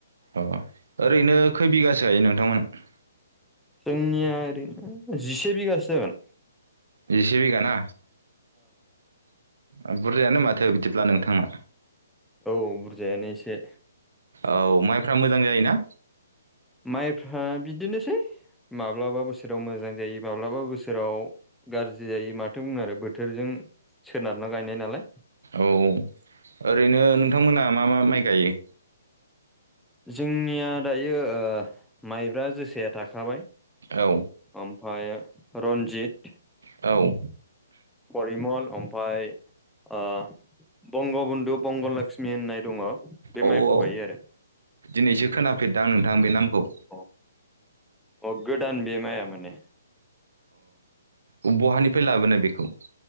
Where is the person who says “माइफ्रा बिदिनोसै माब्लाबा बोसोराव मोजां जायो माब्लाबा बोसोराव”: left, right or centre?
Centre